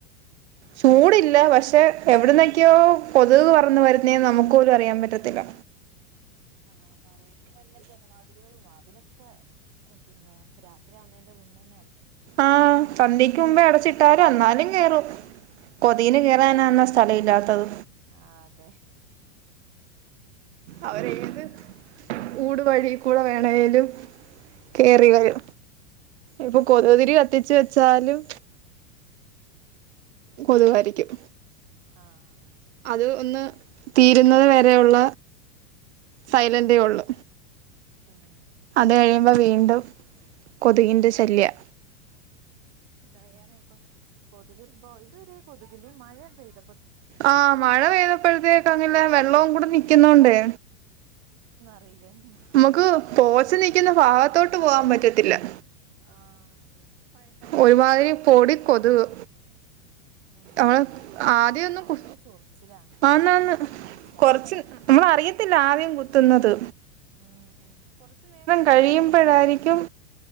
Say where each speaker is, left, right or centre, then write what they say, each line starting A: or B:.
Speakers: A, on the right; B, on the right.
A: ചോടി ല്ല പക്ഷെ എവ്ട്ന്നൊക്കെയോ
B: ഉം
A: കൊതുക് വ വരുന്നേ നമുക്ക്പോലും അറിയാൻ പറ്റത്തില്ല
B: ആ ഹ് പറയ്ന്നതല്ലേ ജനവാദില്കളും വാതിലൊക്കെ ഉം പിന്നെ രാത്രിയാവുന്നേന്റെ മുന്നെന്നെ
A: ആഹ് സന്ധ്യക്ക്‌മുമ്പേ അടച്ചിട്ടാലു വെന്നാലുംക്കേറും
B: ഉം
A: കൊതുകിന് കേറാനാ സ്ഥല ഇല്ലാത്തത്
B: ആതേ
A: അവരേത് ഊട് വഴികൂടെ വേ ലേലും
B: ഉം
A: കേറിവയോ ഇപ്പ കൊതുക്
B: ഉം
A: തിരി കത്തിച്ചുവെ ച്ചാലും കൊതുകായിരിക്കും.
B: ആഹ് ആഹ് അ
A: ത് ഒന്ന് തീരുന്നത് വരെയുള്ള സൈലൻ്റെ ഒള്ള്.
B: ഇം
A: അത് കഴിയുമ്പ വീണ്ടും കൊതുകിൻ്റെ ശല്യാ
B: ഇം കൊതുക് ഇപ്പോ ഇതുവരെ കൊതുകില് മഴ പെയ്ത
A: ആ മഴ പെയ്തപ്പഴത്തേക്കും അങ്ങ് ഇല്ല വെള്ളവും കൂടി നിക്കുന്നോണ്ടെ
B: വെയിലാണ്
A: നമുക്ക് പോച്ച നിക്കുന്ന ഭാഗത്തോട്ട് പോകാൻ പറ്റൂല ഇല്ലാ
B: ആഹ് അതെ
A: ഒരുമാതിരി പൊടി കൊതുക്
B: ഉം
A: ആ ആദ്യമെന്നും
B: ആഹ് ഭയങ്കര
A: കു
B: ചൊറിച്ചിലാ
A: ആന്നാണു്
B: കടിച്ചാല്
A: കുറച്ച് നമ്മള് അറിയത് <unintelligible> ആദ്യം കുത്തുന്നത്
B: ഉം ഉം
A: കഴിയുമ്പോഴായിരിക്കും